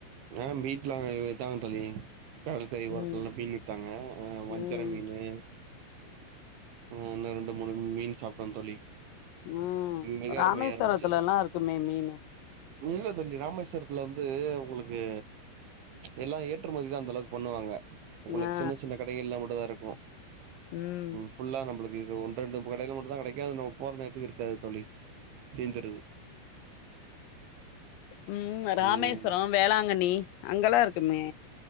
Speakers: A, on the right; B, on the left.
A: ஆ வீட்ல அவுங்க இருக்காங்க தோழி கடற்கரை ஓரத்துல
B: ம்
A: எல்லா மீன் வித்தாங்க ஆ வஞ்சர
B: ம்
A: மீனு ஆ இன்னு ரெண்டு மூணு மீன் சாப்பிட்டே தோழி
B: ம்
A: மிக
B: ராமேஸ்வரத்துலல்லா
A: அருமையா இருந்துச்சு
B: இருக்குமே மீனு
A: இல்ல தோழி ராமேஸ்வரத்துல வந்து உங்களுக்கு எல்லா ஏற்றுமதிதா அந்த அளவுக்கு பண்ணுவாங்க உங்களுக்கு
B: ஆ
A: சின்ன சின்ன கடைகள்ல மட்டுந்தா இருக் அ
B: ம்
A: ஃபுல்லா நம்பளுக்கு இது ஒன்னு ரெண்டு ப கடைல மட்டுந்தா கெடைக்கு அது நம்ம போற நேரத்துக்கு இருக்காது தோழி தீந்துருது
B: ம் ராமேஸ்வரோ
A: ம்
B: வேளாங்கண்ணி அங்கெல்லா இருக்குமே